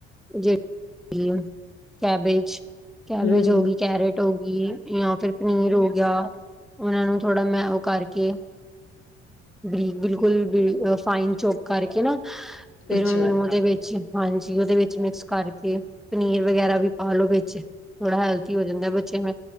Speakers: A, in the centre; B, on the left.
A: ਜਿਹੜੇ ਕੈਬੇਜ। ਕੈਬੇਜ
B: ਹੂੰ
A: ਹੋ ਗਈ ਕੈਰਟ ਹੋ ਗ ਜਾਂ ਫਿਰ ਪਨੀਰ ਹੋ ਗਿਆ ਉਹਨਾਂ ਨੂੰ ਥੋੜਾ ਮੈਂ ਕਰਕੇ ਬਰੀਕ ਬਿਲਕੁਲ ਫਾਈਨ ਚੋਕ ਕਰਕੇ ਨਾ ਫਰ
B: ਅੱਛਾ
A: ਉਹਦੇ
B: ਹੂੰ
A: ਵਿੱਚ ਹਾਂਜੀ ਉਹਦੇ ਵਿੱਚ ਮਿਕਸ ਕਰਕੇ ਪਨੀਰ ਵਗੈਰਾ ਵੀ ਪਾਾਲੋ ਵਿੱਚ ਥੋੜਾ ਹੈਲਥੀ ਹੋ ਜਾਂਦਾ ਬੱਚਿਆਂ